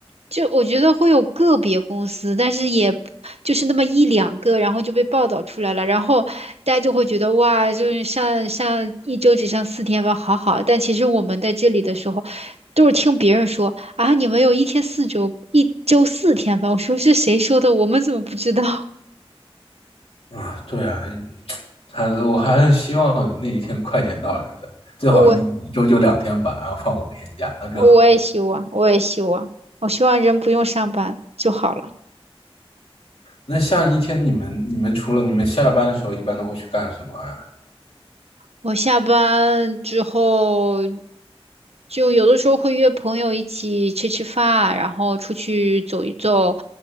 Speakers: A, on the right (about 85°); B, on the left (about 70°).
A: 就我觉得会有个别公司，但是也不就是那么一两个，然后就被报道出来了，然后大家就会觉得哇，就是上上一周只上四天班，好好。但其实我们在这里的时候，都是听别人说啊，你们有一天四周，一周四天班。我说是谁说的？我们怎么不知道？
B: 的啊。对啊，还我还是希望那一天快点到来的，最好一一周就两天班，
A: <laughs> 我
B: 然后放五天假，那更好。
A: 我也希望，我也希望，我希望人不用上班就好了。
B: 那像一天你们你们除了你们下班的时候，一般都会去干什么呀？
A: 我下班之后，就有的时候会约朋友一起吃吃饭，然后出去走一走，